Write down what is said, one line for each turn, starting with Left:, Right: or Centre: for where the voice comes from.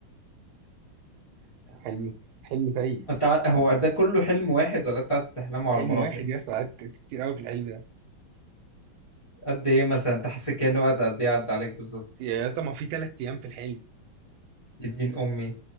Right: حلم حلم سيء
Left: انت ع- هو ده كله حلم واحد ولا انت قاعد تحلمه على
Right: حلم
Left: مراحل
Right: واحد يا اسطى قعدت كتير قوي في الحلم ده
Left: قد ايه مثلا انت حسيت كأنه وقت قد ايه عدى عليك بالظبط
Right: يا اسطى ما في ثلاث ايام في الحلم
Left: يا دين امي